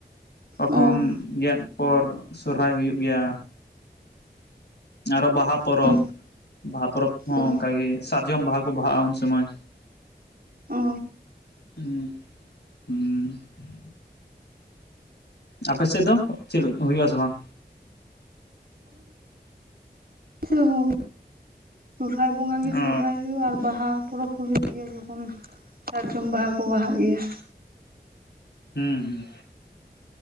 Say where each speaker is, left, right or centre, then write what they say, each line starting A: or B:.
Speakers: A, on the left; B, on the right.
A: ᱛᱚᱠᱷᱚᱱ
B: ᱚ
A: ᱜᱮᱫ ᱯᱚᱨ ᱥᱚᱨᱦᱟᱭ ᱦᱩᱭᱩᱜ ᱜᱮᱭᱟ ᱟᱨᱚ ᱵᱟᱦᱟ ᱯᱚᱨᱚᱵᱽ,
B: ᱚ
A: ᱵᱟᱦᱟ ᱯᱚᱨᱚᱵᱽ ᱦᱚᱸ
B: ᱚ
A: ᱚᱱᱠᱟ ᱜᱮ ᱥᱟᱨᱡᱚᱢ ᱵᱟᱦᱟ ᱠᱚ ᱵᱟᱦᱟᱜᱼᱟ ᱩᱱ ᱥᱚᱢᱚᱭ
B: ᱚ
A: ᱦᱩᱸ ᱦᱩᱸ ᱾ ᱟᱯᱮ ᱥᱮᱫ ᱫᱚ ᱪᱮᱫ ᱦᱩᱭᱩᱜ-ᱟ ᱥᱮ ᱵᱟᱝ?
B: ᱥᱮ ᱦᱳ ᱥᱚᱨᱦᱟᱭ ᱵᱚᱸᱜᱟ ᱜᱮ
A: ᱚ
B: ᱥᱚᱨᱦᱟᱭ ᱦᱩᱭᱩᱜᱼᱟ, ᱟᱨ ᱵᱟᱦᱟ ᱯᱚᱨᱚᱵᱽ ᱦᱚᱸ ᱦᱩᱭᱩᱜ ᱜᱮᱭᱟ ᱡᱚᱠᱷᱚᱱ ᱥᱟᱨᱡᱚᱢ ᱵᱟᱦᱟ ᱠᱚ ᱵᱟᱦᱟᱜ ᱜᱮᱭᱟ᱾
A: ᱦᱩᱸ ᱦᱩᱸ᱾